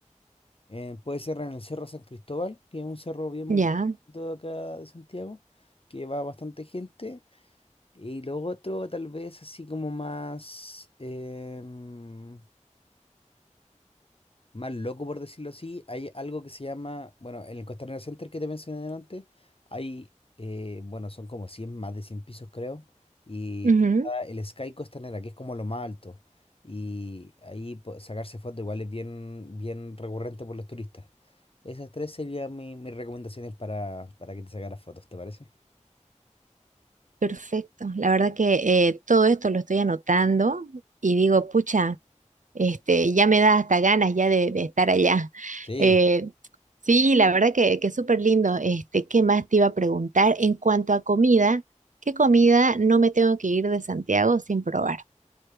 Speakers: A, on the left; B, on the right.
A: Eh, puede ser en el Cerro San Cristóbal, que es un cerro bien
B: ya.
A: bonito de acá de Santiago, que va bastante gente. Y lo otro, tal vez así como más, em, más loco, por decirlo así, hay algo que se llama, bueno, en el Costanera Center que te mencioné antes, hay, eh, bueno, son como 100 más de 100 pisos creo, y
B: ujú,
A: está el Sky Costanera, que es como lo más alto, y ahí po- sacarse fotos igual es bien, bien recurrente por los turistas. Esas tres serían mi- mis recomendaciones para, para que te sacaras fotos, ¿te parece?
B: Perfecto. La verdad que eh, todo esto lo estoy anotando y digo, pucha, este, ya me da hasta ganas ya de, de estar allá. <laughs>
A: Sí,
B: Eh, sí, la verdad que, que súper lindo. Este, ¿qué más te iba a preguntar? En cuanto a comida, ¿qué comida no me tengo que ir de Santiago sin probar?